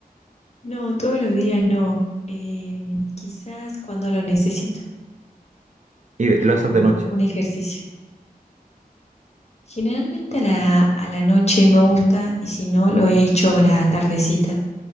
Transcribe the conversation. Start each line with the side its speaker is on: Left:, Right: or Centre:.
Left: no, todos los días no. Eh, quizás cuando lo necesito.
Right: Y de-
Left: Es
Right: lo
Left: como
Right: haces de noche.
Left: un ejercicio. Generalmente a la, a la noche me gusta y si no, lo he hecho la tardecita.